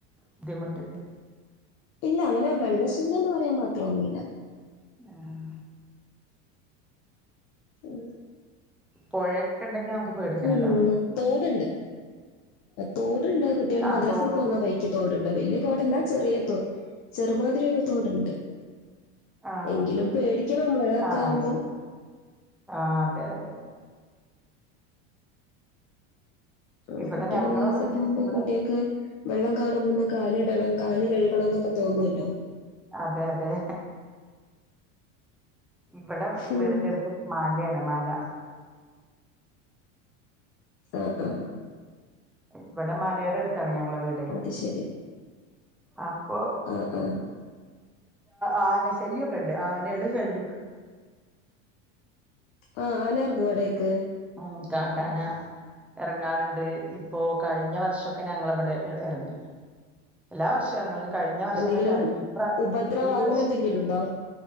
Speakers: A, in the centre; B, on the left.
A: ബുദ്ധിമുട്ടില്ലേ
B: ഇല്ല അങ്ങനെ വെള്ള ശല്യന്ന് പറയാൻ മാത്രം ഒന്നുമില്ല
A: ആഹ്
B: ഉം
A: പുഴൊക്ക ഉണ്ടെങ്കിൽ നമുക്ക് പേടിക്കണല്ലോ
B: പിന്നെ തോടുണ്ട്, തോടുണ്ട് കുട്ടികളെ
A: ആഹ്
B: മദ്രസെൽ
A: തോട്
B: പോവാണ ബഴിക്ക് തോടുണ്ട് വലിയ തോടല്ല ചെറിയതോ ചെറുമാതിരിയ ഒരു തോടുണ്ട്
A: ആഹ്
B: എങ്കിലും പേടിക്കണം മഴൊക്കെ
A: ആഹ്
B: ആവുമ്പോ
A: അത് ശരി ആഹ് അതെ അതെ അതെ
B: ആഹ്
A: ഇവിടെ
B: കുട്ടികള്
A: ഞങ്ങളെ
B: മദ്രസേ
A: വീടിന്റെ
B: പോകുമ്പോ
A: അടുത്ത് ഇവിടെ
B: കുട്ടിയെക് വെള്ളം കാണുമ്പോ ഒന്ന് കാലിടണം കാല് കഴുകണം എന്നൊക്കെ തോന്നുമല്ലോ
A: അതെ അതെ ഇവിടെ
B: ഉം.
A: വീടിന്റെ അടുത്ത് മലയാണ് മല
B: ആഹ് ആഹാ
A: ഇവിടെ മലയുടെ അടുത്താണ് ഞങ്ങള വീട്
B: അത് ശരി
A: അപ്പൊ
B: ആ ആ
A: ആന ശല്യമൊക്കെ ഉണ്ട് ആനയുടെ ശല്യൊക്കെണ്ട്
B: ആഹ് ആന ഇറങ്ങുവോ അവിടെയൊക്കെ
A: ആഹ് കാട്ടാന ഇടങ്ങാറുണ്ട് ഇപ്പോ കഴിഞ്ഞ വർഷമൊക്കെ ഞങ്ങള ഇവിടെ ഇറങ്ങി എല്ലാ വർഷവും ഇറങ്ങി കഴിഞ്ഞ വർഷം
B: എന്തെങ്കിലും
A: വരെ ഇറങ്ങി ഇപ്രാ
B: ഉപദ്രവം
A: ഈ വർഷം
B: അങ്ങനെ എന്തെങ്കിലും ഉണ്ടോ